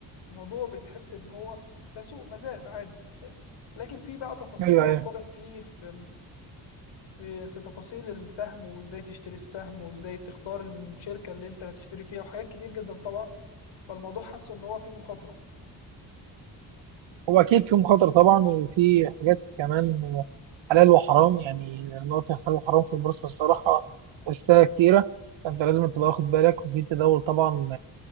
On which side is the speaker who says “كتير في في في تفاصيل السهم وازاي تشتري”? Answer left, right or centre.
Left